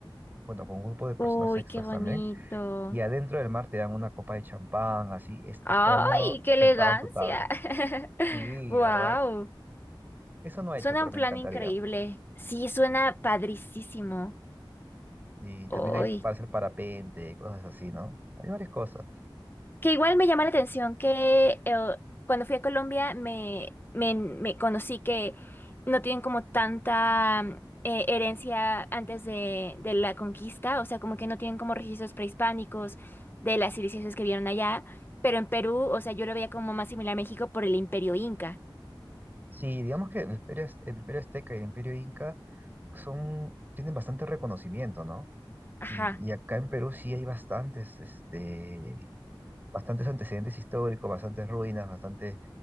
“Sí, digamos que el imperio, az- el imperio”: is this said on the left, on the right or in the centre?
Right